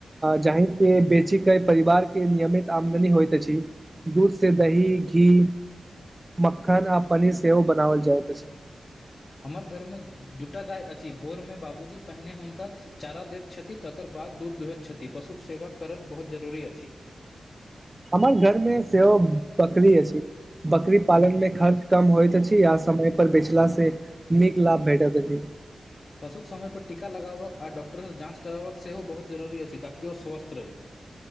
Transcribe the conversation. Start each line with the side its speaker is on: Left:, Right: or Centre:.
Right: जाहि के बेची के परिवार के नियमित आमदनी होइत अछि दूध से दही घी मक्खन आ पनीर सेहो बनाबल जाय त
Left: हमर घरमे दूटा गाय अछि भोरमे बाबूजी पहिने हुनका चारा दैत छथि तकर बाद दूध दुहैत छथि पशुक सेवा करब बहुत जरुरी अछि
Right: हमर घर मे सेहो बकरी अछि। बकरी पालन मे खर्च कम होइत अछि आ समय पर बेचला से ' नीक लाभ भेटै अछि
Left: पशुक समयपर टीका लगाबक आ डॉक्टरसँ जाँच कराबक सेहो बहुत जरूरी अछि ताकि ओ स्वस्थ रही